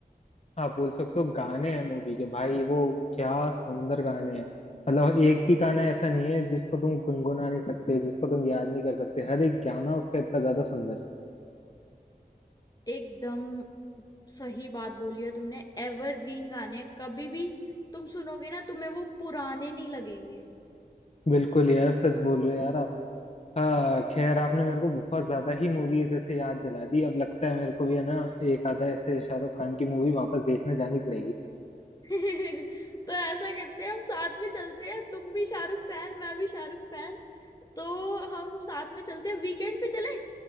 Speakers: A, on the left; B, on the left.
A: आप बोल सकते हो गाने हैं मूवी के भाई वो क्या सुंदर गाने हैं मतलब एक भी गाना ऐसा नहीं है जिसको तुम गुनगुना नहीं सकते जिसको तुम याद नहीं कर सकते हर एक गाना उसका इतना ज्यादा सुंदर है
B: एकदम सही बात बोली है तुमने एवरग्रीन गाने हैं। कभी भी तुम सुनोगे ना तुम्हें वो पुराने नहीं लगेंगे
A: बिल्कुल यार सच बोल रहे हो यार आप हाँ खैर आपने मेरे को बहुत ज्यादा ही मूवीज ऐसे याद दिला दी अब लगता है मेरे को भी है ना एक आधा ऐसे शाहरुख खान की मूवी वापस देखने जानी पड़ेगी
B: <laughs> तो ऐसा करते हैं हम साथ में चलते हैं तुम भी शाहरुख फैन मैं भी शाहरुख फैन तो हम साथ में चलते हैं वीकेंड पे चले